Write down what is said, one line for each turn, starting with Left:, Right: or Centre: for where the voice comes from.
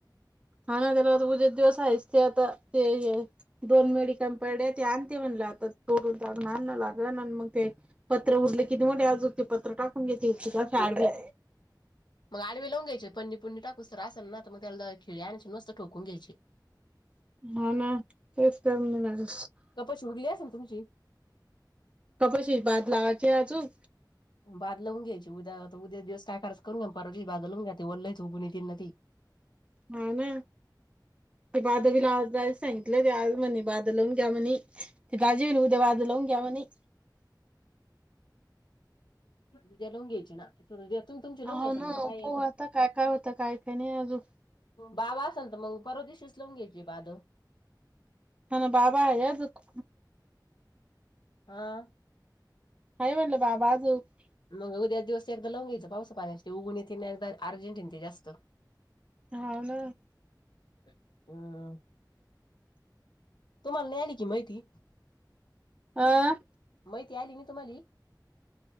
Right: हा ना, त्या उद्या दिवसायच, ते आता. ते दोन मेडिकम <unintelligible> ते आणते म्हणलं, आता तोडून ताडून आणण लागलं, अन् मग ते पत्रं उरले किती मोठे अजून, ते पत्रं टाकून घेते, अशे आडवे.
Left: मग आडवे लावून घ्यायचे, पणी पुणी टाकूस्तर असल ना, त मग त्याला खिळी आणखी मस्त ठोकून घ्यायचे.
Right: हा ना, तेच कर्ण लागल
Left: कपशी उरली असेल तुमची?
Right: कपशीस बाद लावाचे अजून
Left: बाद लावून घ्यायची. उद्या उद्या दिवस काय कराच ते करून घ्या. परवा दिवशी लाऊन घ्या, ते <unintelligible> उगवून येतील ना मग ती
Right: हाव ना. ते बाधवीला आज जायला सांगितलं, ते आज म्हणे बाद लावून घ्या म्हणी. ते <unintelligible> उद्या बाजी लावून घ्या म्हणे.
Left: उद्या लावून घ्यायची ना? <unintelligible>
Right: हाव
Left: घ्यायची
Right: ना. हो
Left: काय आहे
Right: पाहू
Left: का
Right: आता काय काय होतं? काय काही नाही अजूक.
Left: बाबा असेल तर, मग परवा दिवशीच लावून घ्यायची बाध.
Right: हा ना. बाबा आहे अजूक.
Left: <unintelligible>
Right: काय म्हटलं? बाबा अजूक
Left: मग उद्याच दिवस एकदा लवून घ्यायचं, पावसा पाण्याच ते उगवून येतील, एकदा अर्जेटिन आहे ना ते जास्त
Right: हाव न.
Left: <unintelligible> तुम्हाला मिळाली की माहिती?
Right: अं.
Left: माहिती आली नी तुम्हाली?